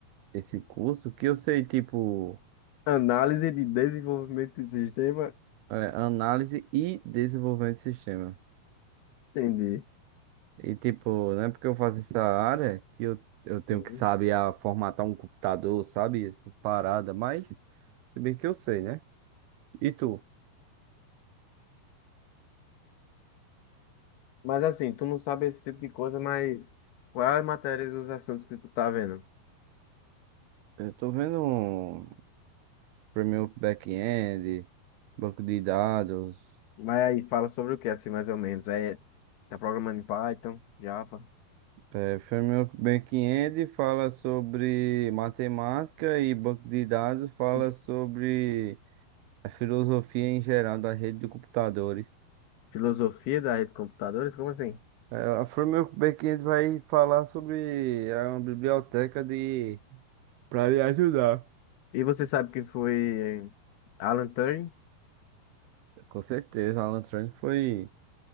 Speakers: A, on the right; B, on the left.
A: esse curso que eu sei, tipo,
B: Análise de desenvolvimento de sistema?
A: é, análise e desenvolvimento de sistema.
B: Entendi.
A: E, tipo, não é porque eu faço essa área que eu, eu tenho
B: Sim.
A: que saber a formatar um computador, sabe? Essas paradas, mas se bem que eu sei, né? E tu?
B: Mas assim, tu não sabe esse tipo de coisa, mas quais as matérias e os assuntos que tu tá vendo?
A: Eu tô vendo um framework back-end, banco de dados.
B: Mas aí fala sobre o que, assim, mais ou menos? É, tá programando em Python, Java,
A: É, framework back-end fala sobre matemática e banco de dados fala
B: <laughs>
A: sobre a filosofia em geral da rede de computadores.
B: filosofia da rede de computadores? Como assim?
A: É, A Framework Backend vai falar sobre a biblioteca de para lhe ajudar.
B: E você sabe quem foi eh, Alan Turing?
A: Com certeza, Alan Turing foi